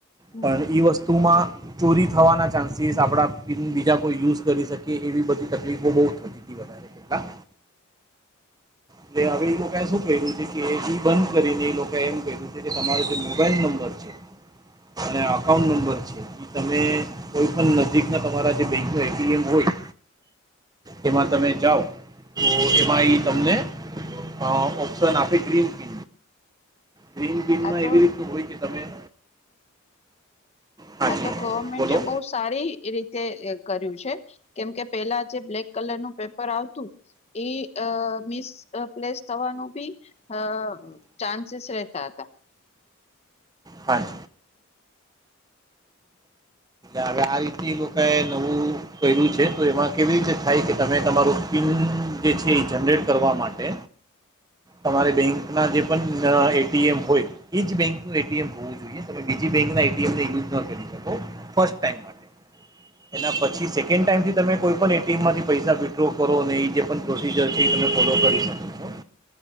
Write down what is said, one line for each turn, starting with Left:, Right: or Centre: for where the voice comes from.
Left: હમ
Right: પણ એ વસ્તુમાં ચોરી થવાના ચાન્સીસ આપણા પિન બીજા કોઈ યુઝ કરી શકેએ એવી બધી તકલીફો બહુ થતી એનથી વધારે બા એટલે હવે એ લોકાએ શું ક્યું છે કે ઈ બંધ કરીને એ લોકોએ એમ ક્યું છે કે તમારો જે મોબાઈલ નંબર છે. અને અકાઉન્ટ નંબર છે. તમે કોઈ પણ નજીકના તમારા જે બેંક ના એ ટી એમ હોય એમાં તમે જાઓ તો એમાં એ તમને પાહો ઓપ્શન આપે ગ્રીમ કે ગ્રીન પીનમાં
Left: આ તો
Right: એવી રીતનું હોય કે તમે હાજી
Left: આ તો ગવર્મેન્ટ
Right: બોલો
Left: એ બહુસ સારી રીતે કર્યું છે કેમ કે પેલા જે બ્લેક કલર નું પેપર આવતું એ મિસ પ્લેસ થવાનું બી અ ચાન્સેસ રહેતા હતા.
Right: હાય હવે આ રીતે એ લોકોએ નવું કર્યું છે તો એમાં કેવી રીતે થાય કે તમે તમારું સ્કીન જે છે એ જનરેટ કરવા માટે
Left: હ
Right: તમારે બેંકના જે પણ એટીએમ હોય એ જ બેંકનું એટીએમ હોવું જોઈએ બીજી બેંક ના એ ટી એમ ને યુઝ ન કરી શકો ફર્સ્ટ ટાઈમ માટે એના પછી સેકન્ડ ટાઈમથી તમે કોઈ પણ એટીએમ માંથી પૈસા વિડ્રો કરો ને એ જે પણ પ્રો થી ઝડપી તમે ફોલો કરી શકો. છો